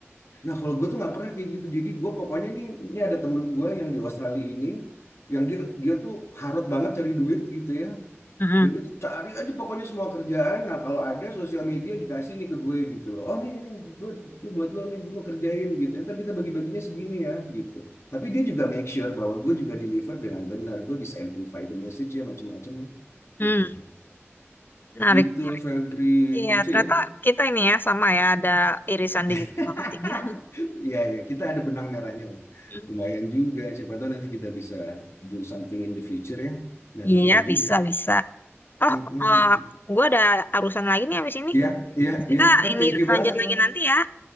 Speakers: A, on the left (about 70°); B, on the left (about 45°).
A: Nah kalau gue tuh nggak pernah kayak gitu. Jadi gue pokoknya nih, ini ada temen gue yang di Australia ini, yang dia dia tuh harut banget cari duit gitu ya.
B: Mm-mm.
A: Dan dia tuh cari aja pokoknya semua kerjaan. Nah, kalau ada sosial media dikasih nih ke gue gitu loh. Oh, nih, nih, gue, ini buat lo nih, lo kerjain gitu. Ntar kita bagi-baginya segini ya gitu. Tapi dia juga make sure bahwa gue juga deliver dengan benar. Gue bisa amplify the message ya macam-macam
B: Hmm,
A: gitu.
B: menarik
A: Gitu,
B: menarik
A: Febri.
B: iya
A: Lucu
B: ternyata
A: ya?
B: kita ini ya sama ya ada irisan
A: <laughs>
B: digital marketing <laughs>
A: ya ya, kita ada benang merahnya lah.
B: Hmm.
A: Lumayan juga. Siapa tahu nanti kita bisa do something in the future ya. Never
B: Iya,
A: know juga.
B: bisa, bisa. Oh,
A: Mm, mm,
B: eh,
A: mm.
B: gue ada urusan lagi nih habis ini.
A: Iya, iya,
B: Kita
A: iya. Feb,
B: ini
A: thank you
B: lanjut
A: banget
B: lagi
A: lah.
B: nanti ya.